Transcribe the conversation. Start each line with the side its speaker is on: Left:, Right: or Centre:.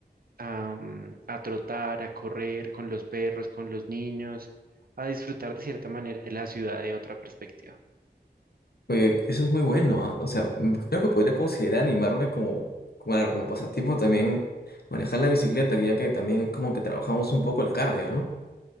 Right: a, mm, a trotar, a correr con los perros, con los niños, a disfrutar de cierta manera de la ciudad de otra perspectiva.
Left: Oye, eso es muy bueno, ¿ah? O sea, mm, creo que podría considerar animarme como, claro, como pasatiempo también manejar la bicicleta, ya que también es como que trabajamos un poco el cardio, ¿no?